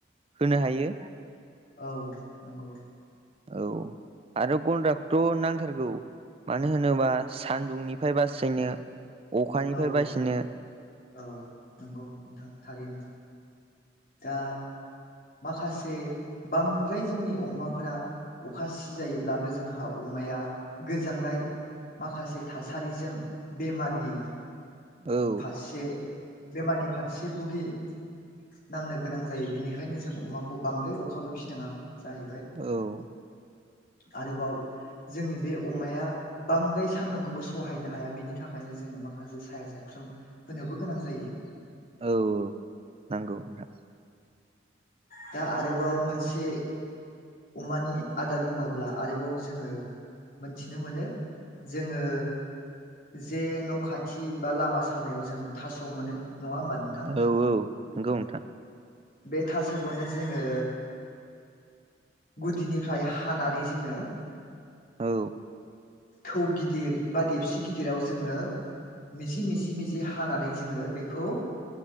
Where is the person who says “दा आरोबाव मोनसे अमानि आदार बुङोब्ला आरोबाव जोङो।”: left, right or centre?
Left